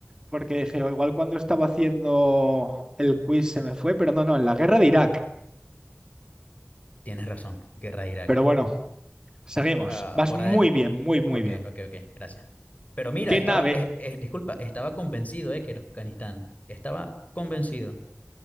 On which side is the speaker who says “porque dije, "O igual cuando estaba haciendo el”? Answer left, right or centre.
Right